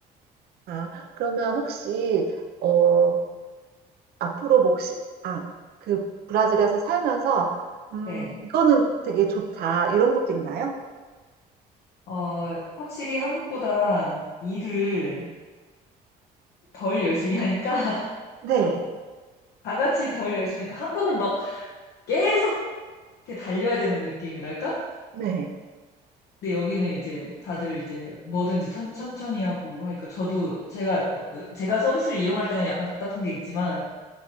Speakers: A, on the right; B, on the left.
A: 아, 그러면 혹시, 어, 앞으로 혹시, 아, 그 브라질에서 살면서, 음,
B: 네.
A: 이거는 되게 좋다. 이런 것도 있나요?
B: 어, 확실히 한국보다 일을 덜 열심히 하니까 <laughs>
A: 네,
B: 다 같이 덜 열심히 하니까 한국은 막 계속 이렇게 달려야 되는 느낌이랄까?
A: 네.
B: 근데 여기는 이제 다들 이제 뭐든지 천, 천히 하고 하니까 저도 제가 제가 서비스를 이용할 때는 약간 답답한 게 있지만